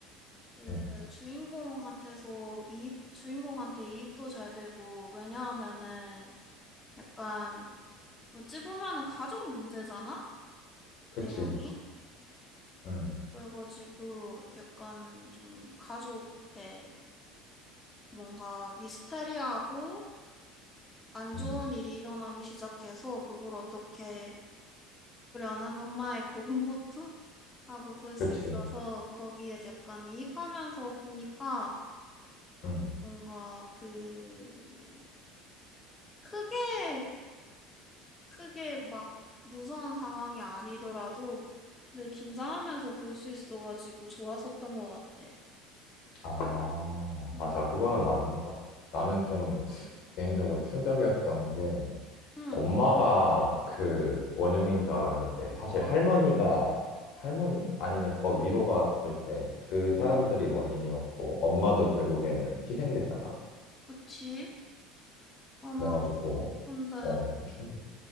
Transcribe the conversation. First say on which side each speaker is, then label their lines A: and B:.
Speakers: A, on the left (about 20°); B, on the left (about 65°).
A: 그
B: 음,
A: 주인공한테서 이입 주인공한테 이입도 잘 되고 왜냐하면은 약간 어찌 보면은 가족 문제잖아?
B: 그치.
A: 내용이?
B: 음,
A: 그래가지고 약간 좀 가족에 뭔가 미스테리하고 안 좋은
B: 음,
A: 일이 일어나기 시작해서 그걸 어떻게 막으려는 엄마의 고군분투라고 <laughs> 볼 수
B: 그치.
A: 있어서 거기에 약간 이입하면서 보니까
B: 음.
A: 뭔가 그 크게 크게 막 무서운 상황이 아니더라도 늘 긴장하면서 볼 수 있어가지고 좋았었던 것 같아.
B: 아,
A: 응,
B: 맞아. 그거는 맞는 것 같아. 나는 좀 개인적으로 충격이었던 게
A: 응,
B: 엄마가 그 원흉인 줄 알았는데 사실 할머니가 할머니? 아니면 더 위로 갔을 때 그 사람들이
A: 응,
B: 원인이었고 엄마도 결국에는 희생되잖아.
A: 그치? 아,
B: 그래가지고
A: 나 근데
B: 어, 좀 충격.